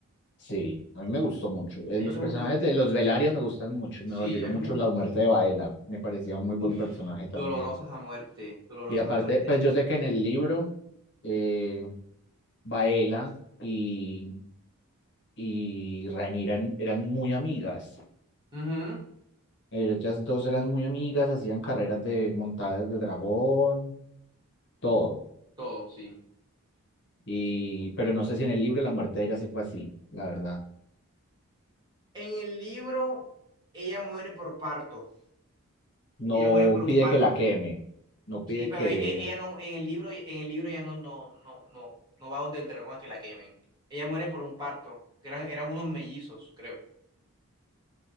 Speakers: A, on the left (about 50°); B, on the right (about 20°).
A: Sí, a mí me gustó mucho. Eh,
B: A
A: Los
B: mí me
A: personajes
B: gustó mucho.
A: de los Velarios me gustan mucho.
B: Sí,
A: Me dolió
B: a
A: mucho
B: mí me gustó.
A: la muerte
B: Y,
A: de Baela. Me parecía un muy buen
B: uf,
A: personaje también.
B: dolorosas a muerte, dolorosas
A: Y aparte,
B: a muerte.
A: pues yo sé que en el libro, eh, Baela y, y Rhaenyra eran, eran muy amigas.
B: Ujú,
A: Ellas dos eran muy amigas, hacían carreras de montadas de dragón, todo.
B: Todo, sí.
A: Y, pero no sé si en el libro la muerte de ella sí fue así, la verdad.
B: En el libro, ella muere por parto.
A: No
B: Ella muere por un
A: pide
B: parto.
A: que la queme, no pide
B: Sí, pero
A: que...
B: e- e- ella no, en el libro, en el libro ya no, no, no, no, no va donde el dragón a que la quemen. Ella muere por un parto. Eran, eran unos mellizos, creo.